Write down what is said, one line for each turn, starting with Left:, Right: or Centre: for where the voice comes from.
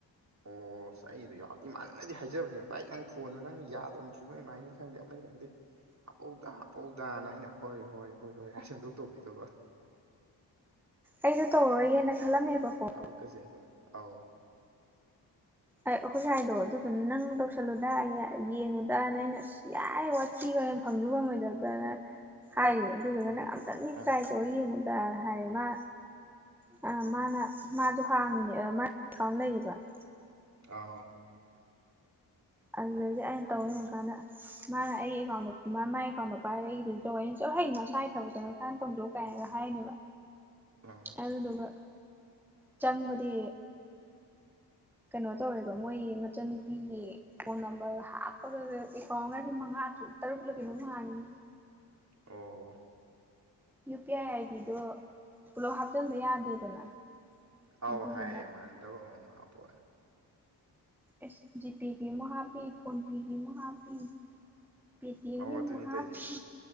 Right: ꯑꯣ ꯑꯁ ꯑꯩ ꯑꯗꯨ ꯌꯥꯎ ꯏꯃꯥꯟꯅꯅꯗꯤ ꯍꯥꯏꯖꯕꯅꯦꯕ ꯚꯥꯏ ꯅꯪ ꯐꯣꯟꯗꯣ ꯅꯪ ꯌꯥꯗ꯭ꯔꯃꯛꯁꯨ ꯅꯣꯏ ꯏꯃꯥꯏꯅꯤ ꯈꯪꯗꯦ ꯑꯃꯅꯤ ꯈꯪꯗꯦ ꯍꯥꯞꯐꯧꯗ ꯍꯥꯞꯐꯧꯗꯅ ꯑꯩꯅ ꯍꯣꯏ ꯍꯣꯏ ꯍꯣꯏ ꯍꯣꯏ ꯍꯥꯏꯔ ꯁꯨꯡꯇꯧ ꯇꯧꯒꯤꯗꯕ
Centre: ꯑꯩꯁꯨ ꯇꯧꯔꯔꯣꯏꯒꯦꯅ ꯈꯜꯂꯝꯃꯦꯕꯀꯣ꯫
Right: ꯊꯕꯛꯀ ꯆꯦꯟꯕ ꯑꯥꯎ
Centre: ꯑꯩꯈꯣꯏ ꯁꯥꯏꯗꯣ ꯑꯗꯨꯗꯨꯅ ꯅꯪ ꯇꯧꯁꯜꯂꯨꯗ ꯌꯦꯡꯉꯨꯗ ꯑꯅ ꯑꯩꯅ꯫ ꯌꯥꯔꯦ ꯋꯥꯊꯤ ꯋꯥꯔꯦꯝ ꯐꯪꯖꯨ ꯐꯪꯉꯣꯏꯗꯕꯅ ꯍꯥꯏꯌꯦ ꯑꯗꯨꯗꯨꯒ
Right: ꯎꯝ
Centre: ꯅꯪ ꯑꯝꯇꯪꯗꯤ
Right: ꯑꯥ
Centre: ꯇ꯭ꯔꯥꯏ ꯇꯧꯔ ꯌꯦꯡꯉꯨꯗ ꯍꯥꯏ ꯃꯥ ꯑ ꯃꯥꯅ ꯃꯥꯁꯨ ꯍꯥꯡꯉꯤꯕ ꯑ ꯃꯥꯒꯤ ꯀꯥꯎꯟ ꯂꯩꯌꯦꯕ
Right: ꯑꯥ
Centre: ꯑꯗꯨꯗꯩꯗꯤ ꯑꯩꯅ ꯇꯧ ꯌꯦꯡ ꯀꯥꯟꯗ ꯃꯥꯅ ꯑꯩꯒꯤ ꯑꯦꯀꯥꯎꯟꯗꯣ ꯃꯥꯏ ꯑꯦꯀꯥꯎꯟꯗꯣ ꯄꯥꯏꯔꯒ ꯑꯩꯒꯤꯗꯤ ꯇꯧꯋꯦ ꯑꯩꯅ ꯆꯣꯏꯍꯩ ꯅꯁꯛ ꯍꯥꯏ ꯇꯧꯖꯧ ꯏꯁꯥꯟꯅ ꯇꯧꯖꯧ ꯀꯥꯏꯅꯒ ꯍꯥꯏꯅꯦꯕ
Right: ꯑꯥ
Centre: ꯑꯗꯨꯗꯨꯒ ꯆꯪꯕꯗꯤ꯫ ꯀꯩꯅꯣ ꯇꯧꯋꯦꯕ ꯃꯣꯏ ꯃꯆꯟꯅꯨꯄꯤꯒꯤ ꯐꯣꯟ ꯅꯝꯕꯔ ꯍꯥꯞꯄꯒ ꯑꯦꯀꯥꯎꯟꯒꯁꯦ ꯃꯉꯥ ꯇ꯭ꯔꯨꯛ ꯇꯔꯨꯛꯂ ꯀꯩꯅꯣꯝ ꯍꯥꯡꯉꯤꯏ
Right: ꯑꯣ
Centre: ꯌꯨ ꯄꯤ ꯑꯥꯏ ꯑꯥꯏꯗꯤꯗꯣ ꯄꯨꯂꯞ ꯍꯥꯞꯆꯤꯟꯕ ꯌꯥꯗꯦꯗꯅ
Right: ꯑꯥꯎ
Centre: ꯑꯗꯨꯗꯨꯅ
Right: ꯍꯥꯏꯌꯦ ꯃꯥꯟꯅꯗꯕ ꯑꯃꯃꯝ ꯍꯥꯞꯄꯣꯅ꯫
Centre: ꯑꯦꯁ ꯖꯤꯄꯦꯒꯤ ꯑꯃꯨ ꯍꯥꯞꯄꯤ ꯐꯣꯟꯄꯦꯒꯤ ꯑꯃꯨ ꯍꯥꯞꯄꯤ ꯄꯤꯇꯤꯑꯦꯝ
Right: ꯑꯧ
Centre: ꯒꯤ ꯑꯃꯨ
Right: ꯑꯗꯨꯅꯤ
Centre: ꯍꯥꯞꯄꯤ
Right: ꯇꯧꯔꯤꯁꯦ